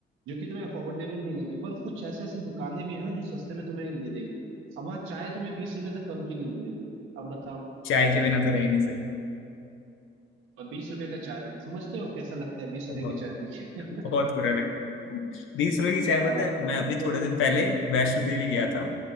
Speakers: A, on the right (about 85°); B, on the left (about 85°).
A: जो कि तुम्हें अफोर्डेबल नहीं लगेंगे पर कुछ ऐसे ऐसे दुकानें भी है ना जो सस्ते में तुम्हें ये देंगी अब वहाँ चाय तुम्हें बीस रुपए से कम की नहीं मिलेगी अब बताओ
B: चाय के बिना तो रह ही नहीं सकते
A: और बीस रुपए का चाय समझते हो कैसा लगता है बीस रुपए
B: बहुत
A: की चाय पी के
B: बहुत बुरा लगा बीस रुपए की चाय
A: <laughs>
B: पता
A: आ,
B: है मैं अभी
A: तो
B: थोड़े दिन पहले वैष्णो देवी गया था